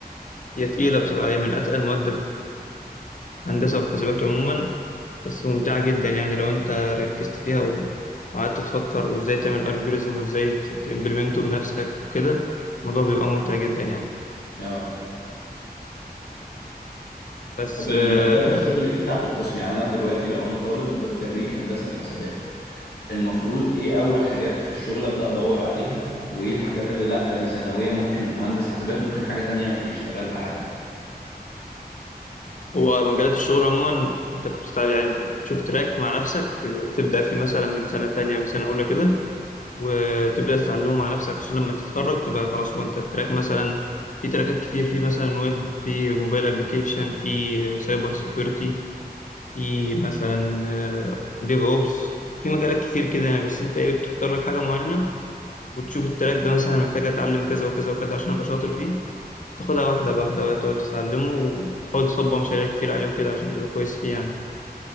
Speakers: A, on the left (about 50°); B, on the left (about 80°).
A: هي تقيله بصراحه هي من اتقل المواد في في هندسه وفي حاسبات عموما بس ممتعة جدا يعني لو انت ركزت فيها و- وقعدت تفكر وازاي تعمل الجوريزم وازاي ت- تمبلمنته بنفسك وكده الموضوع بيبقى ممتع جدا يعني
B: اه
A: بس
B: طب المجالات
A: آه،
B: الشغل ايه بتاعت القسم يعني انا دلوقتي لو انا طالب خريج هندسة حسابات المفروض ايه اول حاجات في الشغل ابدأ ادور عليها وايه الحاجات اللي لا دي ثانوية ممكن مهندس حسابات وممكن حاجة تانية يشتغلها عادي
A: هو مجالات الشغل عموما انت بتستعب يعني بتشوف تراك مع نفسك ت- تبدأ فيه مثلا من سنة تانية من سنة أولى كده وتبدأ تتعلمه مع نفسك عشان لما تتخرج تبقى خلاص هو انت التراك مثلا في تراكات كتير في مثلا ويب في موبايل ابلكيشن في سايبر سيكيورتي في مثلا ديف اوبس في مجالات كتير كده يعني بس انت ايه بتختار لك حاجه معينه وتشوف التراك ده مثلا محتاج اتعلم كذا وكذا وكذا عشان ابقى شاطر فيه تاخدها واحده واحده وتقعد تتعلمه وتحاول تصبغ مشاريع كتير عليه وكده عشان تبقى كويس فيه يعني